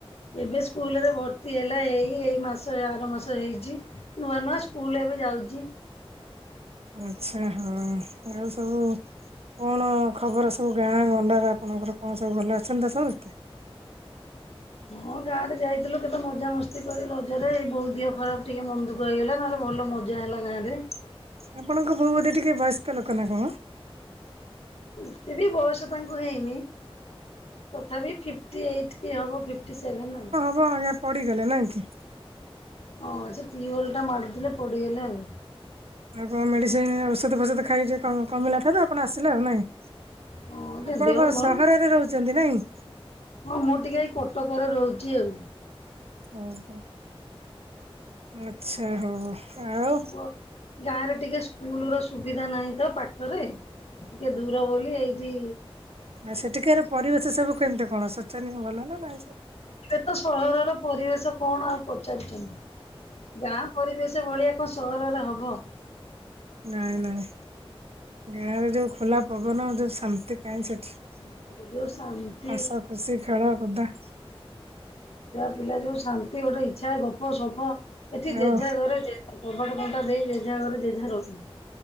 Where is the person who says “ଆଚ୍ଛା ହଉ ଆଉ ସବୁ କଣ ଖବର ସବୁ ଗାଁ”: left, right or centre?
Right